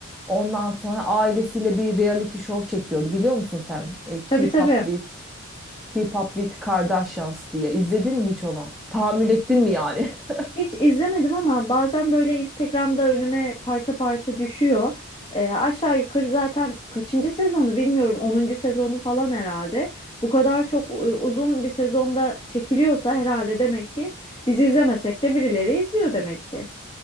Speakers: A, in the centre; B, on the left (about 25°).
A: Ondan sonra ailesiyle bir reality show çekiyordu. Biliyor musun sen? E, Keep
B: Tabii tabii.
A: Up With Keep Up with Kardashians diye. İzledin mi hiç onu? Tahammül ettin mi yani? <laughs>
B: Hiç izlemedim ama bazen böyle Instagram'da önüme parça parça düşüyor. Ee, aşağı yukarı zaten kaçıncı sezonu bilmiyorum. onuncu sezonu falan herhalde. Bu kadar çok e, uzun bir sezonda çekiliyorsa herhalde demek ki biz izlemesek de birileri izliyor demek ki.